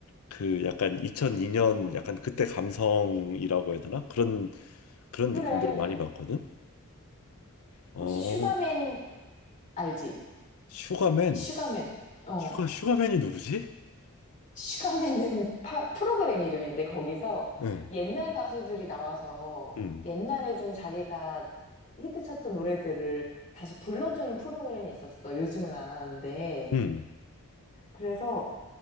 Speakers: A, on the left; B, on the left.
A: 그 약간 2002년
B: 어.
A: 약간 그때 감성이라고 해야 되나? 그런 그런
B: 그래.
A: 느낌들을 많이 받거든. 어,
B: 혹시 슈가맨 알지?
A: 슈가맨.
B: 슈가맨. 어.
A: 슈가 슈가맨이 누구지?
B: 슈가맨은 파- 프로그램 이름인데 거기서
A: 응.
B: 옛날 가수들이 나와서
A: 음.
B: 옛날에 좀 자기가 히트쳤던 노래들을 다시 불러주는 프로그램이 있었어. 요즘은 안 하는데.
A: 음.
B: 그래서